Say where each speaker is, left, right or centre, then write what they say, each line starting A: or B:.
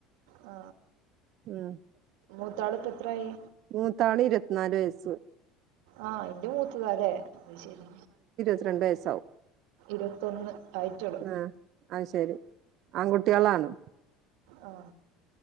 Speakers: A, on the right (about 80°); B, on the right (about 55°).
A: ആ
B: ഉം
A: മൂത്താള്പ്പം എത്രായി
B: മൂത്താള് ഇരുപത്ത്നാല് വയസ്സ്
A: ആ ഇന്റെ മൂത്തതാ അല്ലെ അഅ് ശരി
B: പന്ത്രണ്ട് വയസ്സാവും
A: ഇരുപത്തൊന്ന് ആയിട്ടൊള്ളു
B: ആ അത് ശരി ആൺകുട്ടികളാണ്
A: ആ